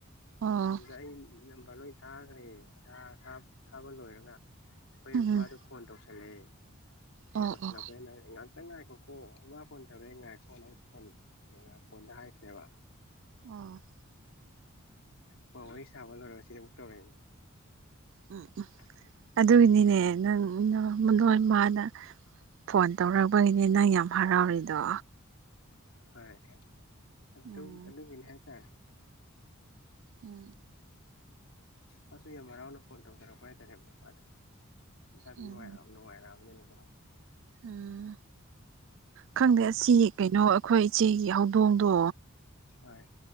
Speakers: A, on the right (about 60°); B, on the left (about 65°).
A: ꯑꯣ
B: ꯑꯗꯨꯗ ꯑꯩ ꯅꯝꯕꯔ ꯂꯣꯏ ꯊꯥꯒ꯭ꯔꯦ ꯑꯥ ꯊꯥꯝ ꯊꯥꯕ ꯂꯣꯏꯔꯒ ꯍꯣꯏ
A: ꯎꯝ
B: ꯃꯥꯗꯨ ꯐꯣꯟ ꯇꯧꯁꯜꯂꯛꯑ‌ꯦ ꯐꯣꯟ
A: ꯑꯣ
B: ꯇꯧꯁꯤꯜꯂꯕꯅꯦꯅ
A: ꯑꯣ
B: ꯉꯥꯛ ꯈꯤꯇꯪ ꯉꯥꯏꯈꯣꯀꯣ ꯃꯥ ꯐꯣꯟ ꯇꯧꯔꯛꯑꯦ ꯉꯥꯏꯈꯣꯅ ꯑꯩ ꯐꯣꯟ ꯐꯣꯟꯗ ꯍꯥꯏꯈ꯭ꯔꯦꯕ
A: ꯑꯣ
B: ꯐ‌ꯣꯟ ꯋꯥꯔꯤ ꯁꯥꯕ ꯂꯣꯏꯔꯒ ꯁꯤꯗ ꯑꯃꯨꯛ ꯇꯧꯔꯛꯏꯅꯦ
A: ꯎꯝ
B: ꯎ
A: ꯑꯗꯨꯒꯤꯅꯤꯅꯦ ꯅꯪ ꯅ ꯅ‌ꯣꯏ ꯃꯅ ꯐꯣꯟ ꯇꯧꯔꯛꯄꯒꯤꯅꯦ ꯅꯪ ꯌꯥꯝ ꯍꯔꯥꯎꯔꯤꯗꯣ
B: ꯍꯣꯏ ꯑꯗꯨꯝ
A: ꯎꯝ
B: ꯑꯗꯨꯒꯤꯅꯤ ꯍꯥꯏꯇꯥꯏ
A: ꯎꯝ
B: ꯃꯥꯁꯨ ꯌꯥꯝ ꯍꯔꯥꯎꯅ ꯐꯣꯟ ꯇꯧꯖꯔꯛꯄ ꯍꯥꯏꯇꯥꯔꯦ <unintelligible> ꯏꯁꯥꯗꯨ
A: ꯎꯝ
B: ꯅꯨꯡꯉꯥꯏ
A: ꯎꯝ
B: ꯅꯨꯡꯉꯥꯏꯔꯛꯑꯕꯅꯤꯅꯀꯣ
A: ꯎꯝ ꯈꯪꯗꯦ ꯑꯁꯤ ꯀꯩꯅꯣ ꯑꯩꯈꯣꯏ ꯏꯆꯦꯒꯤ ꯍꯧꯗꯣꯡꯗꯣ
B: ꯍ‌ꯣꯏ